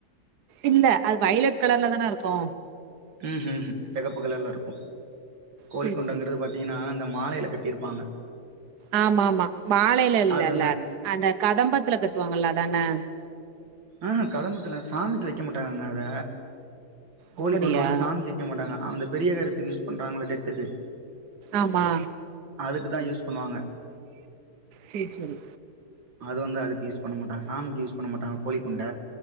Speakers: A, on the right; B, on the right.
A: இல்ல அது வைலட் கலர்ல தானே இருக்கு
B: ம் ஹும் ஹும் செகப்பு கலர்லருக்கு கோழி
A: சேரி
B: கொண்டங்கறது
A: சேரி
B: பா த்தீங்கன்னா இந்த மாலைல கட்டிருப்பாங்க
A: ஆமாமா மாலைல இல்லல்ல
B: அது அந்த
A: அந்த கதம்பத்துல கட்டுவாங்கள்ல அதான
B: ஆ ஹா கதம்பத்துல சாமிக்கு வெக்க மாட்டாங்கங்க அத கோழி
A: அப்படியா
B: கொண்ட வந்து சாமிக்கு வெ க்கமாட்டாங்க அந்த பெரிய காரியத்துக்கு யூஸ் பண்றாங்கள டெத்துக்கு
A: ஆமா
B: அதுக்கு தா யூஸ் பண்ணுவாங்க
A: சேர் சேரி
B: அது வந்து அதுக்கு யூஸ் பண்ண மாட்டாங்க சாமிக்கு யூஸ் பண்ண மாட்டாங்க கோழிக்கொண்ட